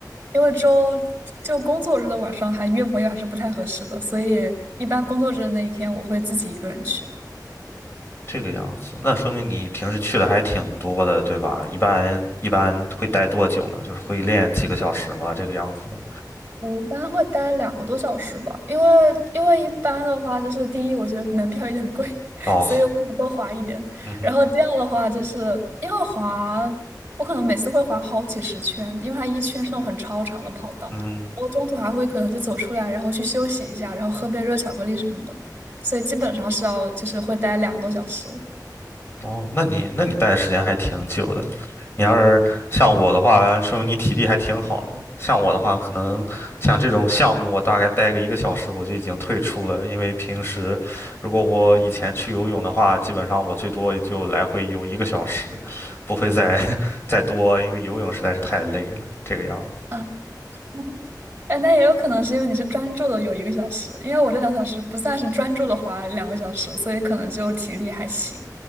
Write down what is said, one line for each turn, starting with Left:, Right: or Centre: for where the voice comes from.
Right: 因为周就工作日的晚上还约朋友还是不太合适的，所以一般工作日的那一天我会自己一个人去。
Left: 这个样子，那说明你平时去的还挺多的，对吧？一般一般会待多久呢？就是会练几个小时吗？这个样子的。
Right: 我一般会待两个多小时吧，因为因为一般的话，就是第一，我觉得门票有点贵，<laughs>
Left: 哦，
Right: 所以我想多滑一点。
Left: 嗯哼，
Right: 然后第二的话，就是因为滑，我可能每次会滑好几十圈，因为它一圈是那种很超长的跑道，
Left: 嗯。
Right: 然后中途还会可能就走出来，然后去休息一下，然后喝杯热巧克力什么的，所以基本上是要就是会待两个多小时。
Left: 哦，那你那你待的时间还挺久的。你要是像我的话，说明你体力还挺好的。像我的话，可能像这种项目，我大概待个一个小时我就已经退出了，因为平时如果我以前去游泳的话，基本上我最多也就来回游一个小时，不会再 <laughs> 再多，因为游泳实在是太累了，这个样子。
Right: 啊。<laughs> 哎，那也有可能是因为你是专注的有一个小时，因为我这两小时不算是专注的滑两个小时，所以可能就体力还行。